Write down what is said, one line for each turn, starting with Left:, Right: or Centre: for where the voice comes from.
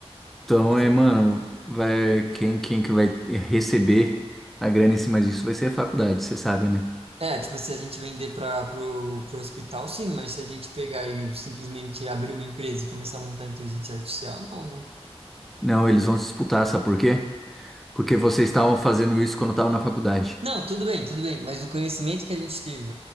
Centre: então
Right: da
Centre: é,
Right: fac...
Centre: mano, vai, quem, quem que vai receber a grana em cima disso vai ser a faculdade, você sabe, né?
Right: É, tipo, se a gente vender para pro, pro hospital, sim, mas se a gente pegar e simplesmente abrir uma empresa e começar a montar inteligência artificial, não, né?
Centre: Não, eles vão disputar, sabe por quê? Porque vocês estavam fazendo isso quando eu na faculdade.
Right: Não, tudo bem, tudo bem, mas o conhecimento que a gente teve